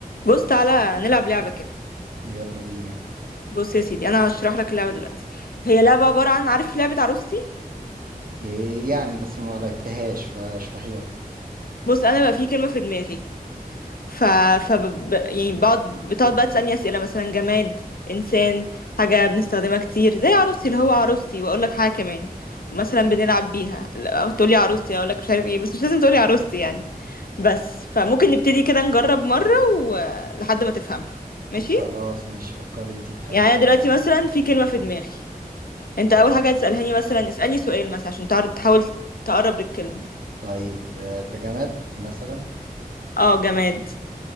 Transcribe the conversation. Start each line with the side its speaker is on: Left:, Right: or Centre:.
Left: بص تعالى نلعب لعبة كده
Right: يلا بينا
Left: بص يا سيدي انا هشرح لك اللعبة دلوقتي هي لعبة عبارة عن عارف لعبة عروستي
Right: إيه يعني بس ما لعبتهاش فاشرحي لي اكتر
Left: بص انا بقى في كلمة في دماغي ف ف ب... يعني بقعد بتقعد بقى تسألني أسئلة مثلا جماد انسان حاجة بنستخدمها كتير زي عروستي اللي هو عروستي واقول لك حاجة كمان مثلا بنلعب بيها لا، تقول لي عروستي اقول لك مش عارف ايه بس مش لازم تقول لي عروستي يعني بس فممكن نبتدي كده نجرب مرة ولحد ما تفهمها ماشي
Right: خلاص مش فكري انت في حاجة
Left: يعني انا
Right: وانا
Left: دلوقتي مثلا في كلمة في دماغي انت اول حاجه هتسالهاني مثلا اسالني سؤال مثلا عشان تعر- تحاول تقرب للكلمه
Right: طيب آه، ده جماد مثلا
Left: اه جماد